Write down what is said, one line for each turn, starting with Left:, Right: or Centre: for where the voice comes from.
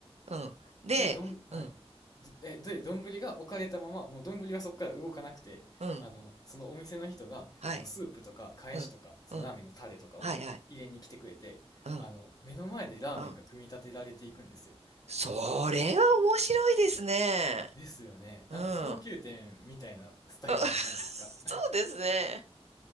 Right: うん。で、
Left: で、どん、はい。
Right: うん、
Left: で、で、丼が置かれたまま、もう丼はそこから動かなくて、
Right: うん。
Left: あの、そのお店の人が、
Right: はい。
Left: あの、スープとか、かえしとか、
Right: うん、
Left: そのラーメンのタレとかを入れに来てくれて、
Right: うん、はいはい、うん、
Left: あの、目の前でラーメンが組み立てられていくんですよ。
Right: うん。それは面白いですね。
Left: ですよね。
Right: うん。
Left: なんか高級店みたいなスタイルじゃないですか。
Right: あ <laughs> そうですね。